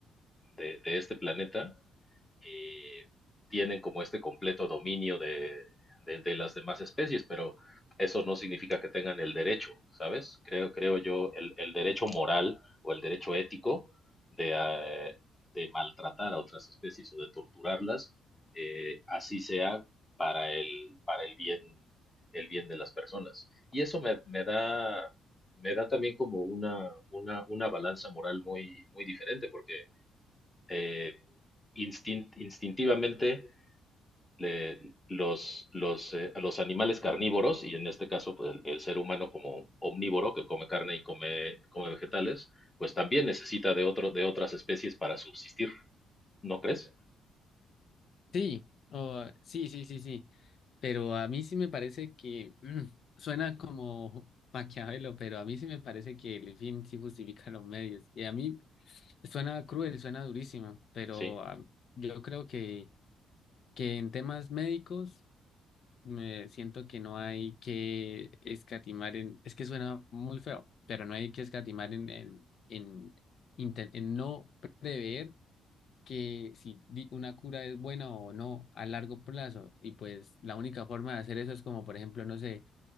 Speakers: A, on the left; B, on the left.
A: de- de este planeta eh, tienen como este completo dominio de, de, de, las demás especies, pero eso no significa que tengan el derecho, ¿sabes? Creo, creo yo, el, el derecho moral o el derecho ético de, eh, de maltratar a otras especies o de torturarlas, eh, así sea para el, para el bien, el bien de las personas. Y eso me, me da, me da también como una, una, una balanza moral muy, muy diferente, porque eh, instint- instintivamente le- los, los, eh, los animales carnívoros, y en este caso pues, el, el ser humano como omnívoro que come carne y come, come vegetales, pues también necesita de, otro, de otras especies para subsistir, ¿no crees?
B: Sí, o- sí, sí, sí, sí. Pero a mí sí me parece que <clears throat> mm, suena como Maquiavelo, pero a mí sí me parece que el fin sí justifica los medios. Y a mí suena cruel, suena durísimo, pero
A: Sí,
B: ah, yo creo que, que en temas médicos. Me siento que no hay que escatimar en, es que suena muy feo, pero no hay que escatimar en, en, en, inte- en no prever que si di- una cura es buena o no a largo plazo. Y pues la única forma de hacer eso es como, por ejemplo, no sé,